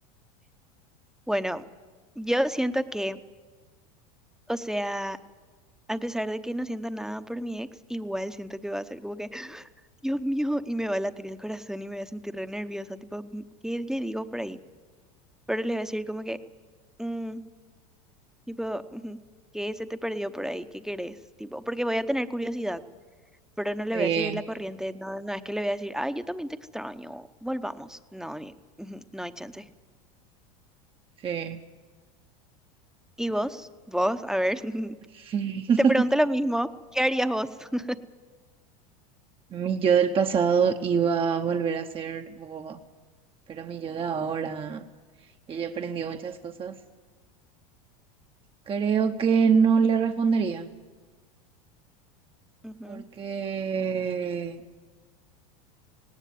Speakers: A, in the centre; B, on the right (about 30°).
A: Bueno, yo siento que, o sea, A pesar de que no siento nada por mi ex, igual siento que va a ser como que, <gasps> Dios mío, y me va a latir el corazón y me voy a sentir re nerviosa, tipo, "Mm, ¿qué le digo por ahí? Pero le voy a decir como que, "Mm, tipo, ujú, ¿qué se te perdió por ahí? ¿Qué querés? Tipo, porque voy a tener curiosidad, pero no le
B: Sí,
A: voy a seguir la corriente, no, no es que le voy a decir, ay, yo también te extraño, volvamos. No, ni, ujú, no hay chance.
B: sí.
A: ¿Y vos? Vos, a ver, <laughs>
B: <laughs>
A: te pregunto lo mismo, ¿qué harías vos? <laughs>
B: Mi yo del pasado iba a volver a ser boba, pero mi yo de ahora, ella aprendió muchas cosas. Creo que no le respondería,
A: Ujú,
B: porque,